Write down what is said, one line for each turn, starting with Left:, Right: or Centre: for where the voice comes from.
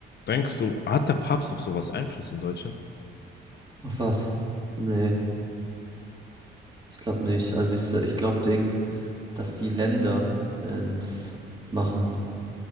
Left: denkst du, hat der Papst auf sowas Einfluss in Deutschland?
Right: Auf was? Nee, ich glaube nicht. Also ich, ich glaube, Ding, dass die Länder ähm, das machen.